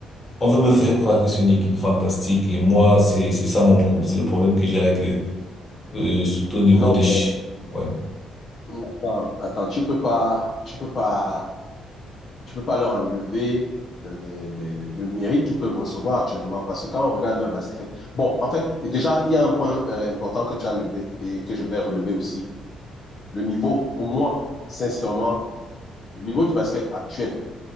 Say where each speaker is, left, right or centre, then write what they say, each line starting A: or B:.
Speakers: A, on the left (about 25°); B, on the left (about 45°).
A: on veut me faire croire que c'est une équipe fantastique et moi, c'est, c'est ça mon problème, c'est le problème que j'ai avec eux, Euh, surtout au niveau
B: Non,
A: des chi-
B: bon.
A: Ouais.
B: Attends, attends, tu peux pas, tu peux pas, tu peux pas leur enlever euh, les- les- le mérite qu'ils peuvent recevoir actuellement parce que quand on regarde leur basket, bon, en fait, et déjà, il y a un point euh, important que tu as levé et que je vais relever aussi. Le niveau, pour moi, sincèrement, le niveau du basket actuel